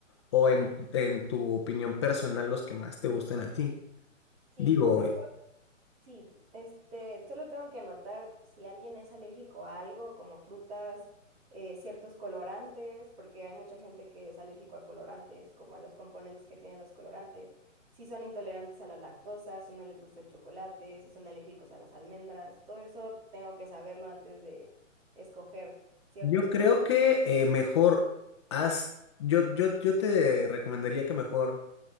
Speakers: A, on the left (about 20°); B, on the right (about 50°).
A: o
B: Sí.
A: en, en tu opinión personal los que más te gusten a ti.
B: Sí,
A: Digo,
B: solo. Sí, este, solo tengo que anotar si alguien es alérgico a algo, como frutas, eh, ciertos colorantes, porque hay mucha gente que es alérgico a colorantes, como a los componentes que tienen los colorantes, si son intolerantes a la lactosa, si no les gusta el chocolate, si son alérgicos a las almendras, todo eso tengo que saberlo antes de escoger ciertos
A: Yo creo
B: postres.
A: que eh, mejor haz, yo, yo, yo te recomendaría que mejor